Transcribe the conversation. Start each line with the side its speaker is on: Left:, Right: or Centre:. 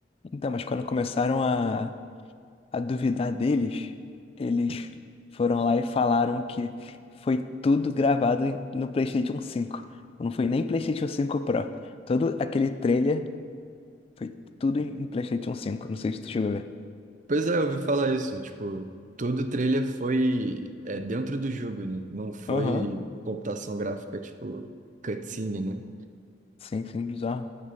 Left: Então, mas quando começaram a, a duvidar deles, eles foram lá e falaram que foi tudo gravado em- no PlayStation 5. Não foi nem PlayStation 5 Pro. Todo aquele trailer foi tudo em em PlayStation 5. Não sei se tu chegou a ver.
Right: Pois é, eu ouvi falar isso. Tipo, todo o trailer foi é, dentro do jogo, né? Não foi
Left: Aham,
Right: computação gráfica, tipo, cutscene, né?
Left: Sim, sim, bizarro.